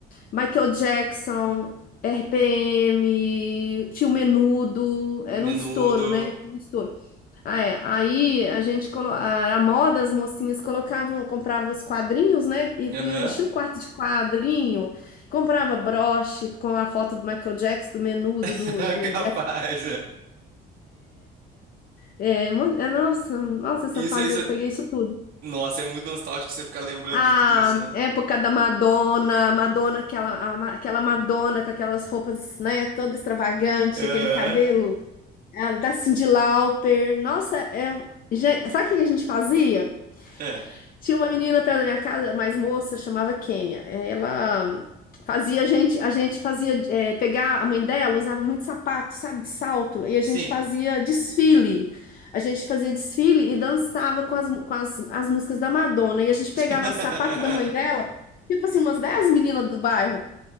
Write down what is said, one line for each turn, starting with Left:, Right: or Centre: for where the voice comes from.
Left: Michael Jackson, RPM, tinha o Menudo, era
Right: Menudo.
Left: um estouro, né? Tinha um estouro. Ah, é. Aí a gente colo... a a moda, as mocinhas colocavam, compravam os quadrinhos, né? E punham,
Right: Aham.
Left: enchia o quarto de quadrinho, comprava broche com a foto do Michael Jackson, do menudo,
Right: <laughs>
Left: do, do,
Right: Capaz.
Left: do...
Right: é.
Left: É, mon- é, nossa, nossa, essa
Right: Isso,
Left: fase
Right: isso.
Left: eu peguei isso tudo.
Right: Nossa, é muito nostálgico você ficar lembrando
Left: A
Right: de tudo isso, né?
Left: época da Madonna, Madonna, aquela, a ma- aquela Madonna com aquelas roupas, né, toda extravagante,
Right: <laughs> Aham.
Left: aquele cabelo, a da Cyndi Lauper. Nossa, é, já- sabe o que a gente fazia?
Right: É.
Left: Tinha uma menina perto da minha casa, mais moça, chamava Kênia. É, Ela fazia a gente, a gente fazia é, pegar a mãe dela usava muito sapato, sabe, de salto, e a
Right: Sim.
Left: gente fazia desfile. A gente fazia desfile e dançava com as, com as, as músicas da Madonna. E a gente pegava
Right: <laughs>
Left: sapato da mãe dela, tipo assim, umas 10 meninas do bairro,